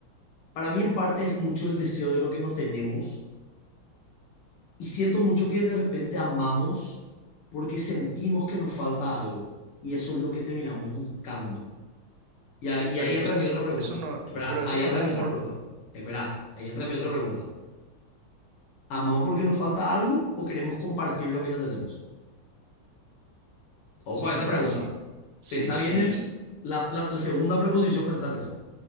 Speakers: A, on the left (about 85°); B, on the right (about 70°).
A: Para mí, en parte, es mucho el deseo de lo que no tenemos. Y siento mucho que de repente amamos porque sentimos que nos falta algo. Y eso es lo que terminamos buscando. Y ahí, y
B: Pero
A: ahí
B: entonces,
A: entra mi otra pregunta.
B: eso no,
A: Espera,
B: pero eso
A: ahí
B: no
A: entra
B: es
A: mi
B: amor.
A: otra pregunta. Espera, ahí entra mi otra pregunta. ¿Amamos porque nos falta algo o queremos compartir lo que ya tenemos? Ojo
B: Y
A: a esa
B: Mira,
A: pregunta.
B: sí, sí,
A: Pensá
B: sí,
A: bien el,
B: sí.
A: la, la- la segunda preposición, pensá en esa.